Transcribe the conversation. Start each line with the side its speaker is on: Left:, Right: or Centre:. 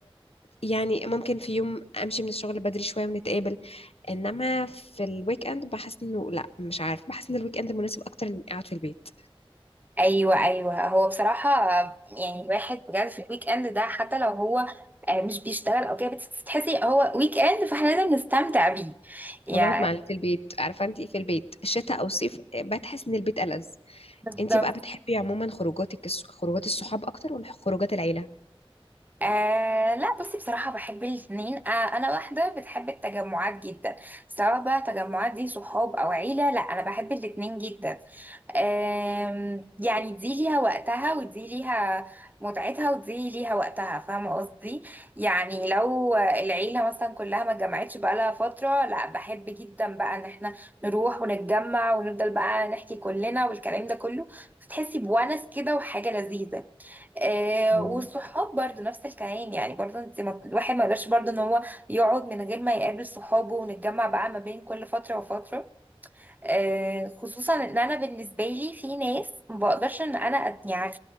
Left: يعني ممكن في يوم امشي من الشغل بدري شويه ونتقابل انما في الويك اند بحس انه لا مش عارف بحس ان الويك اند مناسب اكتر اني اقعد في البيت
Right: ايوه ايوه هو بصراحه يعني الواحد بجد في الويك اند ده حتى لو هو آه، مش بيشتغل او كده بس تحسي هو ويك اند فاحنا لازم نستمتع بيه يعني
Left: ونقعد مع في البيت عارفه انت في البيت شتاء او صيف بتحس ان البيت ألذ
Right: بالظبط
Left: انت بقى بتحبي عموما خروجاتك الس- خروجات الصحاب اكتر ولا خروجات العيله
Right: آه لا بصي بصراحة بحب الاتنين آه أنا واحدة بتحب التجمعات جدا سواء بقى تجمعات دي صحاب أو عيلة لا أنا بحب الاتنين جدا آم، يعني دي ليها وقتها ودي ليها متعتها ودي ليها وقتها فاهمة قصدي يعني لو العيلة مثلا كلها ما اتجمعتش بقالها فترة لا بحب جدا بقى ان احنا نروح ونتجمع ونفضل بقى نحكي كلنا والكلام ده كله فتحسي بونس كده وحاجة لذيذة آه
Left: آه.
Right: والصحاب برضو نفس الكلام يعني برضو انت ما الواحد ما يقدرش برضو ان هو يقعد من غير ما يقابل صحابه ونتجمع بقى ما بين كل فترة وفترة آه خصوصا ان انا بالنسبة لي في ناس ما بقدرش ان انا أت- يعني